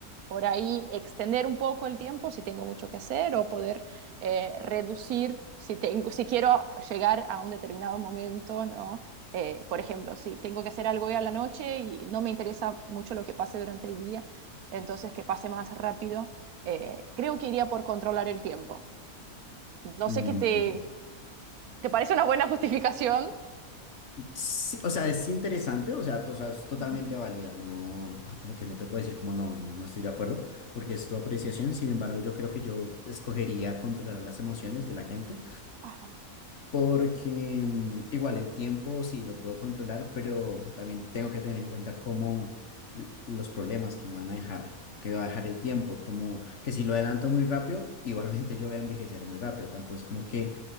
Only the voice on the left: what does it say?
Mm,
sí, o sea, es interesante, o sea, pues, o sea, es totalmente
válida, no, ah, como que no te puedo decir como no, no, no estoy de acuerdo, porque es tu apreciación, sin embargo, yo creo que yo escogería controlar las emociones de la gente,
porque mm, igual el tiempo sí lo puedo controlar, pero también tengo que tener en cuenta cómo l- los problemas que me van a dejar, que va a dejar el tiempo, como que si lo adelanto muy rápido, <laughs> igualmente yo voy a envejecer muy rápido, tampoco es como que